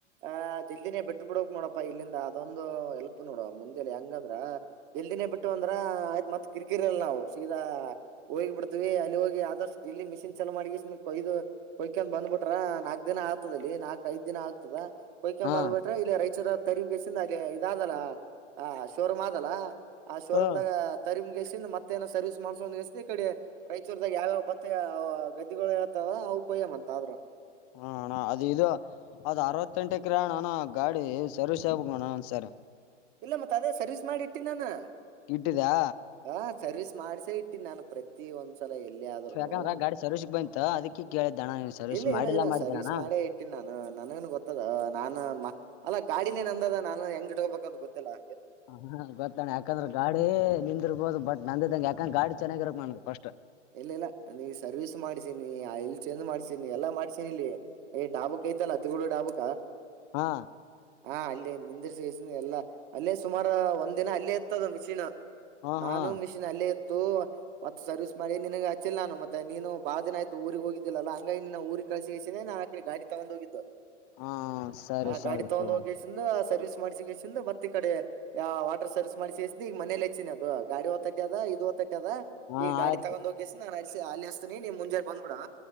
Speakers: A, on the right; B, on the left.
A: ಅ ಜಲ್ದಿನೇ ಬಿಟ್ಟು ಬಿಿಡ ನೋಡಪ್ಪಾ ಇಲ್ಲಿಂದ ಅದೊಂದು ಎಲ್ಪ್ ನೋಡುವ ಮುಂದಲಿ ಹೆಂಗಂದ್ರ ಎಲ್ನೇ ಬಿಟ್ಟು ಅಂದ್ರ ಆಯ್ತ್ ಮತ್ ಕಿರಿಕಿರಿಲ್ ನಾವು ಸೀದಾ ಹೋಗಿ ಬಿಡ್ತೀವಿ ಅಲ್ಲಿ ಹೋಗಿ ಆದಷ್ಟು ಇಲ್ಲಿ ಮಿಷಿನ್ ಚಲೋ ಮಾಡಿ ಕೊಯ್ದು ಕೊಯ್ಕೊಂಡ್ ಬಂದ್ಬ ಬಿಟ್ರ ನಾಕ ದಿನ ಆಗ್ತದಲ್ಲಿ ನಾಕಕ್ ಐದ್ ದಿನ ಆಗ್ತದ ಕೊಯ್ಕೊ್
B: ಹಾ
A: ಬಂದ್ಬಿಟ್ರ ಇಲ್ಲಿ ರೈಚರ ತರಿಗಸ ಅದ ಇದದಲ್ಲ ಆ ಶೋರೂಮ್ ಆದದಲ್ಲ ಆ ಶೋರೂಮ್ದಾಗ
B: ಹಾ
A: ತರಿಮ್ ಗೆಸ ಮತ್ತೇಏನೋ ಸರ್ವೀ ಮಾಡಸಂದ್ ಸ್ ಈ ಕಡೆ ರೈಚೂರ್ದಾಗ ಯಾವ ಮತ್ತೆ ಅವ ಗದಿಗಳು ಇೇತ್ತಾವ ಅವು ಕೊಯ್ಯ ಮ ಅಂತ ಆದ್ರ
B: ಹಣ್ಣ ಅದು ಇದು ಅದ್ ಅರವತ್ತೆಂಟಕರಣಣ ಗಾಡಿ ಸರ್ವಿಸ್ ಆಗ್ಬೇಕಣ ಒಂದ್ಸರಿ
A: ಇಲ್ಲ ಮತ್ತತ್ ಅದೇ ಸರ್ವಿಸ್ ಮಾಡಿ ಇಟ್ಟಿ ನಾನು
B: ಇಟ್ಟದಾ
A: ಆ ಸರ್ವಿಸ್ ಮಾಡ್ಸೇ ಇಟ್ಟಿ ನಾನು ಪ್ರತಿ ಒಂದ್ಸಲ ಎಲ್ಲಿ ಆದ್ೂನು
B: ಯಾಕಂದ್ರ ಗಾಡಿ ಸರ್ವಿಸ್ಗ್ ಬಂತ ಅದಕ್ಕೆ ಕೇಳಿದ್ದಣ ನೀನ್ ಸರ್ವಿಸ್
A: ಇಲ್ಲ
B: ಮಾಡಿಲ್ಲಾ
A: ಇಲ್ಲ ಇಲ್ಲ
B: ಮಾಡಿದ್ದೆಣ್ಣ
A: ಸರ್ವಿಸ್ ಮಾಡೇ ಇಟ್ಟಿ ನಾನು ನನಗನ್ ಗೊತ್ತದ ನಾನನ್ ಅಲ್ಲಾ ಗಾಡಿನೇ ನಂದದ ನಾನನ್ ಹೆಂಗ್ ಇಟ್ಕೋಬೇಕಂತ ಗೊತ್ತಿಲ್ಲಾ
B: ಹ ಹ ಗೊತ್ತಣೆ ಯಾಕಂದ್ರೆ ಗಾಡಿ ನಿಂದಿರ್ಬೋದು ಬಟ್ಟ ನಂದಂಗ ಯಾಕಂಗ ಗಡಿ ಚೆನ್ನಾಗಿರಕ್ ನನ್ ಫಸ್ಟ್
A: ಇಲ್ಲ ಇಲ್ಲ ನ ಈ ಸರ್ವಿಸ್ ಮಾಡ್ಿಸೀಿನಿ ಆ ಎಲ್ ಚೇಜ್ ಮಾಡ್ಸೀಿನಿ ಎಲ್ಲಾ ಮಾಡ್ಸೀಿನಿ ಇಲ್ಲಿ ಏ ಟಾಬ ಕೈತಲ್ಲ ತಿಗೂಡ ಡಾಬುಾ
B: ಹಾ
A: ಹಾ ಅಲ್ಲಿೇ ನಿಂದಿರ್ ಸಸನಿ ಎಲ್ಲಾ ಅಲ್ಲೇ ಸುಮಾರು ಒಂದ್ ದಿನ ಅಲ್ಲೇ ಇತ್ತದ ಮಿಷಿನ್
B: ಹಾ
A: ನಾನು
B: ಹಾ
A: ಮಿಷಿನ್ ಅಲ್ಲೇ ಇತ್ತು ಮತ್ತ ಸರ್ವಿಸ್ ಮರಿ ನಿನಗೆ ಅಚ್ಚಿಲ್ಲ ನಾನ ಮತ್ತೆ ನೀನುಾ ದಿನ ಆಯತು ಊರಿಗೆ ಹೋಗಿದ್ದಿಲ್ಲ ಹಂಗಾಗಿ ನಿನ್ನ ಊರಿಗೆ ಕಳಸಿ ನಾು ಆಕಡೆ ಗಾಡಿ ತಗೊಂಡ ಹೋಗಿದ್ದ
B: ಹಾ ಸರಿ
A: ಆ
B: ಸರಿ
A: ಗಾಡಿ ತಗೊಂಡ್
B: ತಗೋಣ
A: ಹೋಗಿಸಿ ಸರ್ವಿಸ್ ಮಾಡ್ಸಗೆಸಿಂದ ಮತ್ತ ಈ ಕಡೆ ವಾಟರ್ ಸರ್ವಿಸ್ ಮಾಡಿಸಿ ಕೆಸಿಂದ್ರರ ಈಗ ಮನೇಲೆ ಹೆಚ್ಚಿನ ಅದು ಗಾಡಿ ಒತ್ತಟ ಅದ ಇದು ಒತ್ತಟ್ಟ ಅದ
B: ಹಾ
A: ಈ ಗಾಡಿ
B: ಆಯ್ತು
A: ತಗೊಂಡ್ ಹೋಗಿಸಿ ನಾನ್ ಅಲ್ಸ ಅಲ್ಲಿ ಹಸ್ತಿನಿ ನೀವ್ ಮುಂಜೆ ಬಂದ ಬಿಡಾ